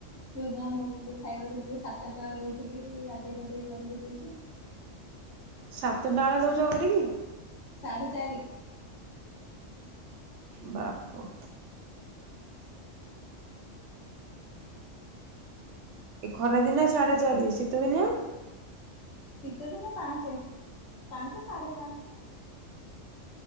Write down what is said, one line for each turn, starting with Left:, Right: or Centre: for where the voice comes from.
Left: ଯୋଉଦିନ ନ ଖାଇବାକୁ ଉଠି ସାଢେ ଚାରିଟା ବେଳେ ଉଠିକି ଗଧେଇ ପାଧେଇ କରିକି ଦଉଛି।
Right: ସାତଟା ବେଳେ ଦଉଛ କରିକି।
Left: ସାଢେଚାରି।
Right: ବାପ। ଏ ଖରା ଦିନି ସାଢେ ଚାରି ଶୀତ ଦିନିଆ।
Left: ଶୀତଦିନ ପାଞ୍ଚେ ପାଞ୍ଚେ ସାଢେ ପାଞ୍ଚେ।